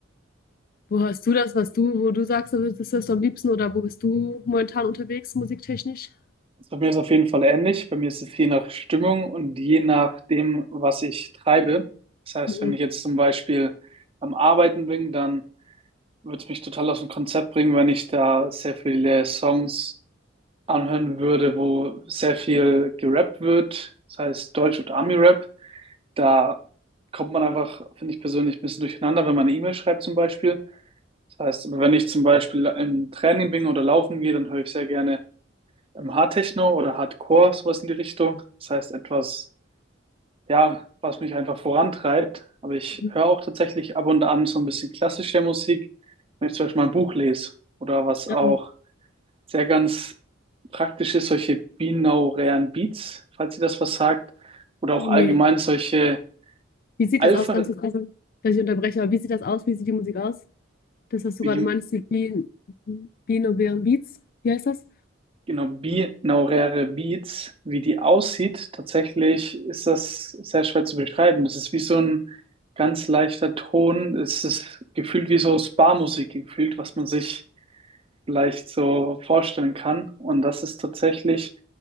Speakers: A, on the left; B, on the right.
A: Wo hörst du das, was du, wo du sagst, also das ist das am liebsten oder wo bist du momentan unterwegs, musiktechnisch?
B: Also bei mir ist es auf jeden Fall ähnlich. Bei mir ist es je nach Stimmung und je nach dem, was ich treibe. Das heißt,
A: Mhm.
B: wenn ich jetzt zum Beispiel am Arbeiten bin, dann würde mich total aus dem Konzept bringen, wenn ich da sehr viele Songs anhören würde, wo sehr viel gerappt wird, das heißt Deutsch- und Ami-Rap. Da kommt man einfach, finde ich persönlich, ein bisschen durcheinander, wenn man eine E-Mail schreibt zum Beispiel. Das heißt, wenn ich zum Beispiel im Training bin oder laufen gehe, dann höre ich sehr gerne im Hardtechno oder Hardcore, sowas in die Richtung. Das heißt, etwas ja, was mich einfach vorantreibt. Aber ich
A: Mhm.
B: höre auch tatsächlich ab und an so ein bisschen klassische Musik, wenn ich zum Beispiel mal ein Buch lese oder was auch
A: Ah,
B: sehr ganz praktisch ist, solche binaurären Beats, falls ihr das was sagt, oder auch
A: Nee.
B: allgemein solche
A: Wie sieht
B: Alpha,
A: das aus, ganz kurz, dass ich unterbreche, aber wie sieht das aus? Wie sieht die Musik aus? Das, was du
B: wie
A: gerade
B: die,
A: meinst, die Bien- binaurären Beats, wie heißt das?
B: genau, binauräre Beats, wie die aussieht, tatsächlich ist das sehr schwer zu beschreiben. Das ist wie so ein ganz leichter Ton. Es ist gefühlt wie so Spa-Musik gefühlt, was man sich vielleicht so vorstellen kann. Und das ist tatsächlich